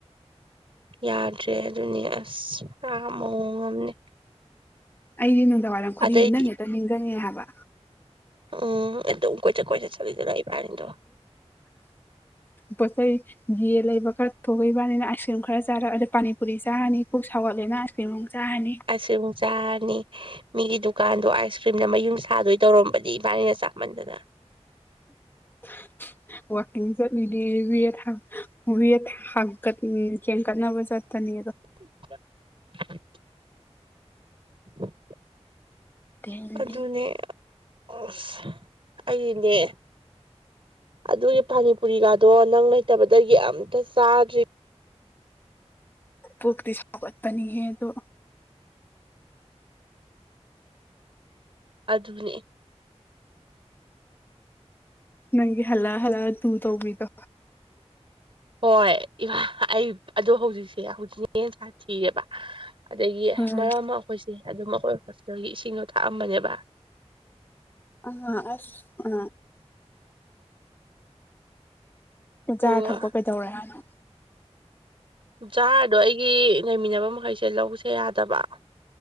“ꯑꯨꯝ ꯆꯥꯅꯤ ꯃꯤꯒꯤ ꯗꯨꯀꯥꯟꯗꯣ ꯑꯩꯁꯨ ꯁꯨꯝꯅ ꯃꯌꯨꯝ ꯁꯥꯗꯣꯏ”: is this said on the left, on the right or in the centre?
Right